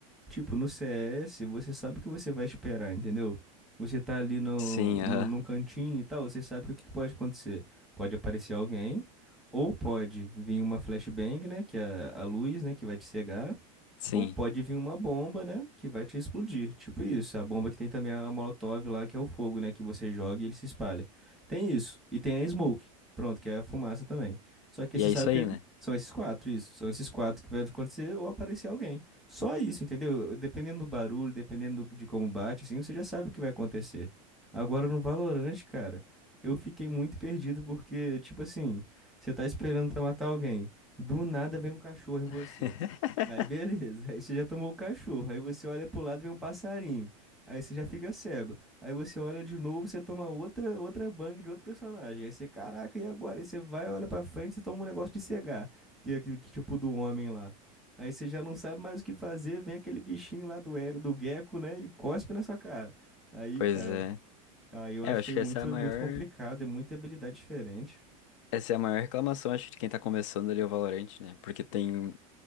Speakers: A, in the centre; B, on the left.
A: Tipo, no CS, você sabe o que você vai esperar, entendeu? Você tá ali no,
B: Sim,
A: no,
B: aham.
A: num cantinho e tal, você sabe que o que que pode acontecer. Pode aparecer alguém, ou pode vir uma flashbang, né? Que é a a luz, né? Que vai te cegar.
B: Sim.
A: Ou pode vir uma bomba, né? Que vai te explodir. Tipo isso. A bomba que tem também a Molotov lá, que é o fogo, né? Que você joga e ele se espalha. Tem isso. E tem a Smoke. Pronto, que é a fumaça também. Só que
B: E
A: você
B: é
A: sabe
B: isso
A: que
B: aí, né?
A: são esses quatro, isso. São esses quatro que vai acontecer ou aparecer alguém. Só isso, entendeu? Dependendo do barulho, dependendo do- de como bate, assim, você já sabe o que vai acontecer. Agora no Valorant, cara, eu fiquei muito perdido porque, tipo assim, você tá esperando pra matar alguém. Do nada vem um cachorro em você.
B: <laughs>
A: Aí beleza, aí você já tomou o cachorro, aí você olha pro lado e vem um passarinho, aí você já fica cego, aí você olha de novo, você toma outra outra bang de outro personagem, aí você, caraca, e agora? Aí você vai, olha pra frente e toma um negócio de cegar, que, que, que tipo do homem lá. Aí você já não sabe mais o que fazer, vem aquele bichinho lá do, e- do gecko, né, e cospe na sua cara. Aí,
B: Pois
A: cara,
B: é.
A: aí eu
B: É,
A: achei
B: eu acho que
A: muito,
B: essa é a maior,
A: muito complicado, é muita habilidade diferente.
B: essa é a maior reclamação, acho, de quem tá começando ali o Valorant, né? Porque tem,